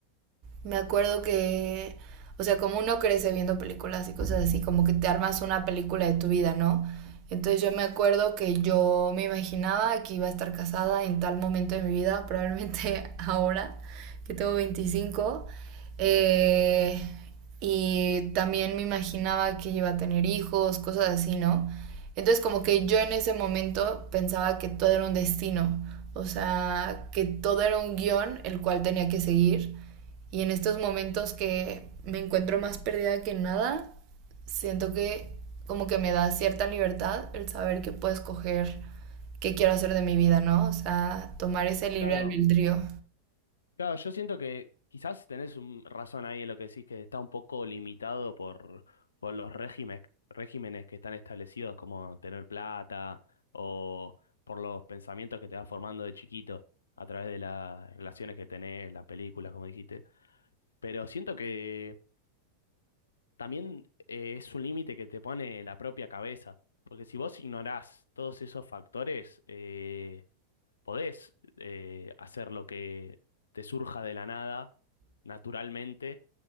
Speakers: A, on the right; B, on the left.
A: me acuerdo que, o sea, como uno crece viendo películas y cosas así, como que te armas una película de tu vida, ¿no? Entonces yo me acuerdo que yo me imaginaba que iba a estar casada en tal momento de mi vida, probablemente <laughs> ahora, que tengo veinticinco eh, y también me imaginaba que iba a tener hijos, cosas así, ¿no? Entonces como que yo en ese momento pensaba que todo era un destino, o sea, que todo era un guión el cual tenía que seguir y en estos momentos que me encuentro más perdida que nada, siento que como que me da cierta libertad el saber que puedo escoger qué quiero hacer de mi vida, ¿no? O sea, tomar ese libre
B: Claro,
A: albedrío.
B: claro, yo siento que quizás tenés un razón ahí en lo que decís que está un poco limitado por, por los regímenes, regímenes que están establecidos, como tener plata o por los pensamientos que te vas formando de chiquito a través de las relaciones que tenés, las películas, como dijiste. Pero siento que también eh, es un límite que te pone la propia cabeza, porque si vos ignorás todos esos factores, eh, podés eh, hacer lo que te surja de la nada, naturalmente,